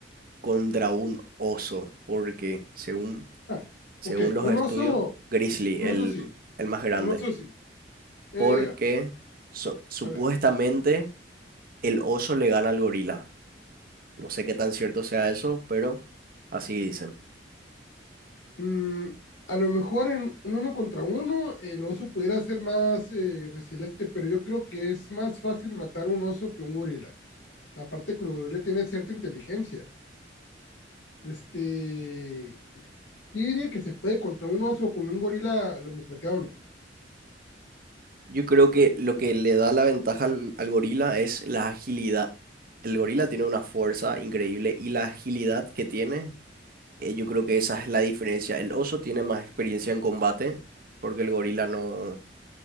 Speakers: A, on the right (about 50°); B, on the left (about 85°).
A: contra un oso? Porque según,
B: Ah,
A: según
B: ok,
A: los
B: un
A: estudios,
B: oso,
A: Grizzly,
B: un
A: el,
B: oso sí,
A: el más grande,
B: un oso sí. Eh,
A: porque so- supuestamente
B: a ver,
A: el oso le gana al gorila. No sé qué tan cierto sea eso, pero así dicen.
B: Mm, a lo mejor en un uno contra uno el oso pudiera ser más eh, resiliente, pero yo creo que es más fácil matar un oso que un gorila. Aparte que el gorila tiene cierta inteligencia. Este, yo diría que se puede contra un oso o con un gorila lomo plateado, ¿no?
A: Yo creo que lo que le da la ventaja al, al gorila es la agilidad. El gorila tiene una fuerza increíble y la agilidad que tiene, eh, yo creo que esa es la diferencia. El oso tiene más experiencia en combate porque el gorila no,